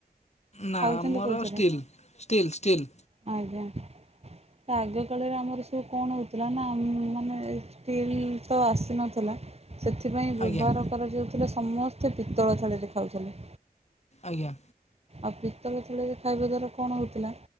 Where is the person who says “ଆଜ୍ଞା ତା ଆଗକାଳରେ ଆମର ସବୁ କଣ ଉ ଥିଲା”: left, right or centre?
Right